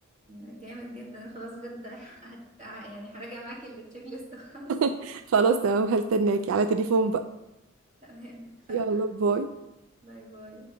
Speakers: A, on the right; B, on the right.
A: جامد جدا خلاص بجد <laughs> هت... يعني هراجع معاكي التشيك ليست خلاص
B: <laughs> خلاص تمام هستناكي على تليفون بقى
A: تمام اتفقنا
B: يلا باي
A: باي باي